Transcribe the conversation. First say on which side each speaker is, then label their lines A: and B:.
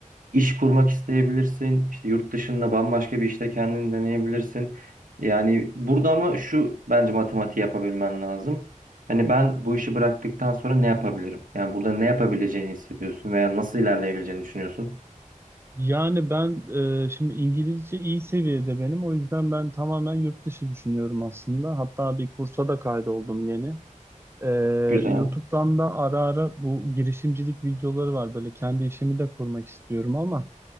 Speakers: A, on the right (about 85°); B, on the right (about 20°).
A: İş kurmak isteyebilirsin. İşte yurt dışında bambaşka bir işte kendini deneyebilirsin. Yani burada ama şu bence matematiği yapabilmen lazım. Hani
B: Hı hı.
A: ben bu işi bıraktıktan sonra ne yapabilirim? Yani burada ne yapabileceğini hissediyorsun veya nasıl ilerleyebileceğini düşünüyorsun.
B: Yani ben e, şimdi İngilizce iyi seviyede benim. O yüzden ben tamamen yurt dışı düşünüyorum aslında. Hatta bir kursa da kaydoldum yeni. Ee,
A: Güzel.
B: YouTube'dan da ara ara bu girişimcilik videoları var. Böyle kendi işimi de kurmak istiyorum ama